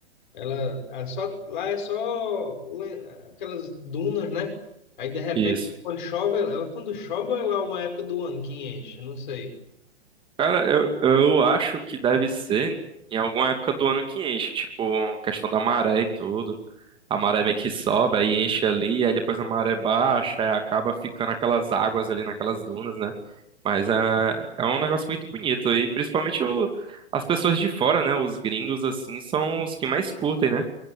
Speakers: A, on the left; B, on the right.
A: ela é só, lá é só le- aquelas dunas, né? Aí de repente,
B: isso.
A: quando chove, ela, quando chove ou é uma época do ano que enche, não sei.
B: Cara, eu, eu acho que deve ser em alguma época do ano que enche, tipo, questão da maré e tudo. A maré meio que sobe, aí enche ali, aí depois a maré baixa, aí acaba ficando aquelas águas ali naquelas dunas, né? Mas é, é um negócio muito bonito, e principalmente o- as pessoas de fora, né? Os gringos, assim, são os que mais curtem, né?